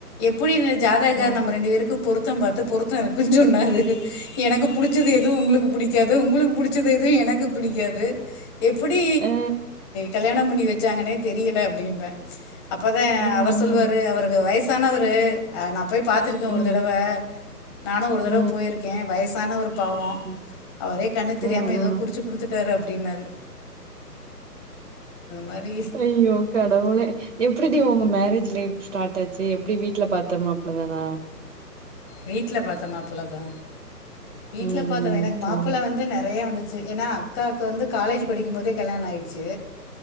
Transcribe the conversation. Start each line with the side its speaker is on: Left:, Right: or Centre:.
Left: எப்புடி இந்த ஜாதககார்
Right: ஆ,
Left: நம்ம ரெண்டு வேருக்கு பொருத்தம் பாத்து பொருத்தோ இருக்குன் சொன்னாரு எனக்கு புடிச்சது எதுவு உங்களுக்கு புடிக்காது உங்களுக்கு புடிச்சது எதுவு எனக்கு பிடிக்காது காது எப்புடி
Right: ஆ.
Left: கல்யாணம் பண்ணி வச்சாங்கன்னே தெரியல அப்டிம்பே அப்பதா
Right: ம்,
Left: அவர் சொல்லுவாரு
Right: ம்,
Left: அவருக்கு வயசானவரு அ நா போய் பாத்துருக்கே
Right: ம்,
Left: ஒரு தடவ நானு ஒரு
Right: ம்,
Left: தடவ போயிருக்கே வயசானவரு பாவோ
Right: ம்,
Left: அவரே கண்ணு
Right: ம்,
Left: தெரியாம ஏதோ
Right: ம்.
Left: குறிச்சு குடுத்து தாரு அப்டின்னாரு மாதிரி
Right: ஐயோ கடவுளே எப்டி டி உங்க மேரேஜ் லைஃப் ஸ்டார்ட் ஆச்சு எப்டி வீட்ல பாத்த மாப்ளதானா
Left: வீட்ல பாத்த மாப்பிள தா வீட்ல
Right: ம்
Left: பாத்த எனக்கு மாப்பிள
Right: சேரி
Left: வந்து நெறையா வந்தது ச்சி ஏன்னா அக்காக்கு வந்து காலேஜ் படிக்கும் போதே கல்யாணோ ஆயிட்சி